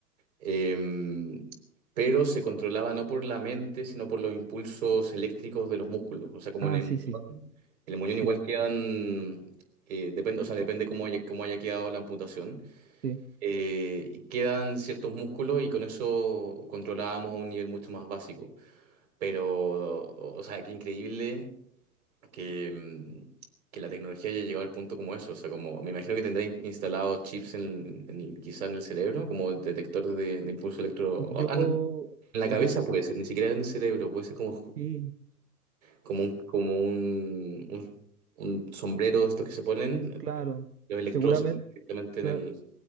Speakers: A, on the right (about 65°); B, on the right (about 80°).
A: Em, pero se controlaba no por la mente, sino por los impulsos eléctricos de los músculos. O sea, como
B: Ah,
A: en el
B: sí, sí,
A: En el muñón
B: sí,
A: igual quedan, eh, depende, o sea, depende cómo haya, cómo haya quedado la amputación,
B: sí.
A: eh, y quedan ciertos músculos y con eso controlábamos a un nivel mucho más básico. Pero, o o sea, qué increíble que, mm, que la tecnología haya llegado al punto como eso. O sea, como me imagino que tendrá in- instalados chips en, en- quizá en el cerebro, como el detector de, de impulso electro...
B: Yo,
A: Ah, no, en
B: sí,
A: la cabeza
B: yo,
A: puede ser, ni siquiera en el cerebro, puede ser como,
B: sí,
A: como
B: s-
A: un, como un, un- un sombrero, estos que se ponen,
B: claro,
A: eh, los
B: seguramente.
A: electrodos se ponen directamente en
B: Claro,
A: el...
B: s-